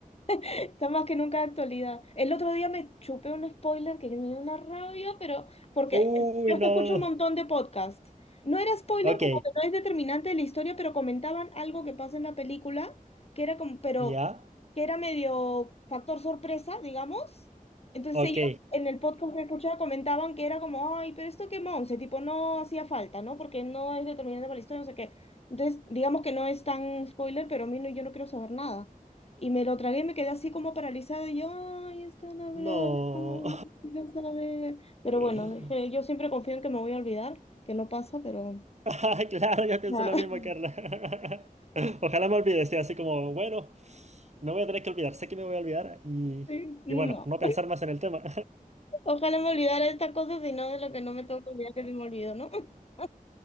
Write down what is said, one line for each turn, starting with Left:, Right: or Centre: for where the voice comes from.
Left: <laughs> Está más que nunca de actualidad. El otro día me chupé un spoiler que me dio una rabia, pero porque
Right: Uy,
Left: yo
Right: no.
Left: es que escucho un montón de podcasts. No era spoiler
Right: Ok,
Left: como que no es determinante de la historia, pero comentaban algo que pasa en la película, que era como, pero
Right: ya,
Left: que era medio factor sorpresa, digamos. Entonces
Right: ok,
Left: ellos en el podcast que escuchaba comentaban que era como, ay, pero esto qué monse, tipo, no hacía falta, ¿no? Porque no es determinante para la historia, no sé qué. Entonces, digamos que no es tan spoiler, pero a mí no, yo no quiero saber nada. Y me lo tragué y me quedé así como paralizada. Y yo, ay, están hablando,
Right: no.
Left: quiero saber. Pero
Right: <laughs>
Left: bueno, dije, yo siempre confío en que me voy a olvidar, que no pasa, pero.
Right: <laughs> Ah, claro, yo pienso
Left: ah,
Right: lo
Left: <laughs>
Right: mismo, Carla. <laughs> Ojalá me olvide, sea así como, bueno, me voy a tener que olvidar, sé que me voy a olvidar y,
Left: sí, No.
Right: y bueno, no pensar más en el tema.
Left: Ojalá me olvidara de estas cosas y no de lo que no me tengo que olvidar que se me olvidó, ¿no? <laughs>